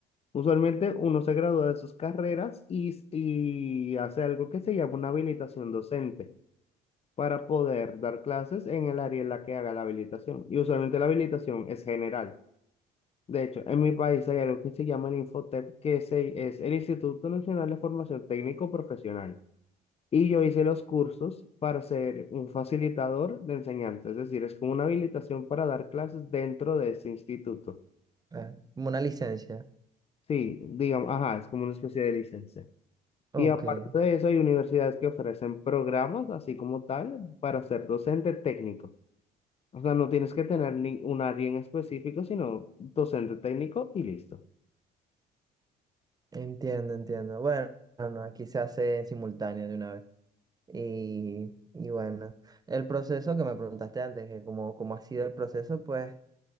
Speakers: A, on the left; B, on the right.
A: Usualmente uno se gradúa de sus carreras y, y hace algo que se llama una habilitación docente. para poder dar clases en el área en la que haga la habilitación. Y usualmente la habilitación es general. De hecho, en mi país hay algo que se llama el Infotep, que se- es el Instituto Nacional de Formación Técnico Profesional. Y yo hice los cursos para ser un facilitador de enseñanza, es decir, es como una habilitación para dar clases dentro de ese instituto.
B: Ah, como una licencia.
A: Sí, digamos, ajá, es como una especie de licencia.
B: Ok.
A: Y aparte de eso, hay universidades que ofrecen programas, así como tal, para ser docente técnico. O sea, no tienes que tener ni un área en específico, sino docente técnico y listo.
B: Entiendo, entiendo. Bueno, no, aquí se hace en simultáneo de una vez. Y, y bueno, el proceso que me preguntaste antes, que cómo, cómo ha sido el proceso, pues